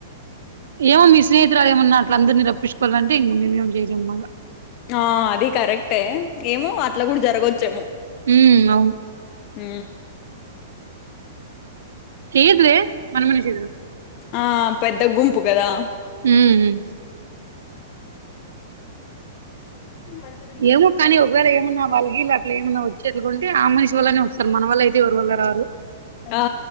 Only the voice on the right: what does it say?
ఏమో మీ స్నేహితులు ఏమన్నా అట్లా అందరినీ రప్పించుకోవాలంటే ఇంక మేమేం చేయలేమ్ మల్ల.
ఊ అవును.
ఏది లే పని మనిష.
ఊ ఉ.
ఏమో కానీ ఒకవేళ ఏమన్నా వాళ్ళకిీళ్ళ అట్లా ఏమైన్నా వచ్చేది గుంటె ఆ మనిషి వళ్లనే వస్తారు మన వల్ల అయితే ఎవరు ఉండ. రారు.